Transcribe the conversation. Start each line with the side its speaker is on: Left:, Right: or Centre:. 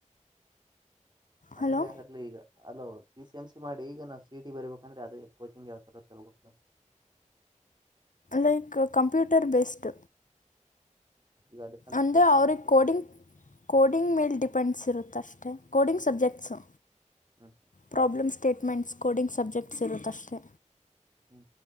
Right: ಆಮೇಲೆ
Left: ಹಲೋ
Right: ಅದ್ರಲ್ಲ ಈಗ ಅಲೋ ಪಿ ಸಿ ಎಮ್ ಸಿ ಮಾಡಿ ಈಗ ನಾವು ಸಿಟಿ ಬರಬೇಕುಂದ್ರೆ ಅದು ಕೋಚಿಂಗ್ ಯಾವ ಥರ ತಗೋಬೇಕು
Left: ಲೈಕ್ ಕಂಪ್ಯೂಟರ್ ಬೇಸ್ಡ್
Right: ಈಗ ಅದಕ್ಕಂತ
Left: ಅಂದರೆೆ
Right: ಕೋಚಿಂಗ್
Left: ಅವ್ರಿಗೆ
Right: ಸೆಂಟರ್
Left: ಕೋಡಿಂಗ್
Right: ಸರ್
Left: ಕೋಡಿಂಗ್ ಮೇಲೆ ಡಿಪೆಂಡ್ಸ್ ಇರುತ್ತೆ ಮಷ್ಟೇ ಕೋಡಿಂಗ್ ಸಬ್ಜೆಕ್ಟ್ಸು
Right: ಹ್ಞೂ
Left: ಪ್ರಾಬ್ಲಮ್ ಸ್ಟೇಟ್ಮೆಂಟ್ಸ್ ಕೋಡಿಂಗ್ ಸಬ್ಜೆಕ್ಟ್ಸ್ ಇರುತ್ತಷ್ಟೆ
Right: ಹ್ಞೂ